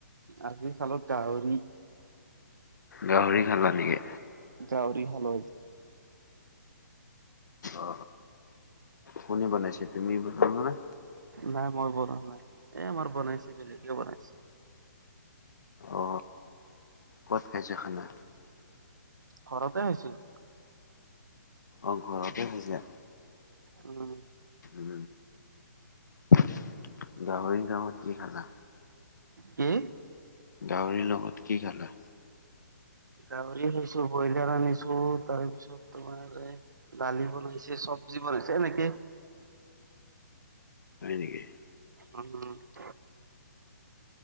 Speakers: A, on the right; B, on the left.
A: আজি খালো গাহৰি।
B: গাহৰি খালা নেকি?
A: গাহৰি খালোঁ আজি।
B: অ কোনে বনাইছে? তুমি বনালা নে?
A: নাই মই বনোৱা নাই, এ আমাৰ বনাইছে বেলেগে বনাইছে।
B: অ ক'ত খাইছা খানা?
A: ঘৰতে খাইছোঁ।
B: অ ঘৰতে খাইছা?
A: উম।
B: উ <inaudible> গাহৰি লগত কি খালা?
A: কি?
B: গাহৰিৰ লগত কি খালা?
A: গাহৰি খাইছোঁ, ব্ৰইলাৰ আনিছো তাৰপিছত তোমাৰ এ দালি বনাইছে চবজি বনাইছে এনেকে
B: হয় নেকি?
A: উম <unintelligible>